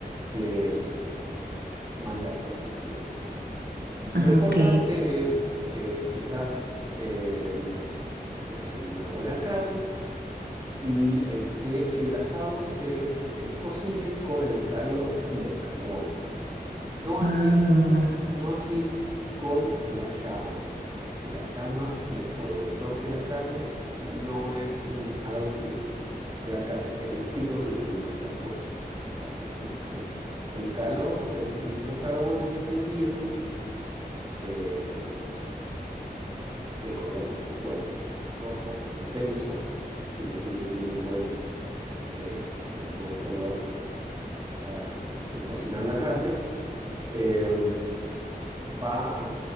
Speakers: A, on the right; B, on the right.
A: eh, mandatorio, digamos. Lo
B: Ah,
A: importante
B: ok.
A: es eh, quizás eh, conseguir una buena carne y eh, que el asado se eh, cocine con el calor del carbón. No así,
B: Ah,
A: no así con la llama. O sea, que la llama del fuego toque la carne no es un, algo que sea característico de un asado argentino. Entonces, el calor del mismo carbón encendido, eh, de color, bueno, rojo, intenso, quiere decir que tiene un buen, eh, un buen color para eh, cocinar la carne, eh, va a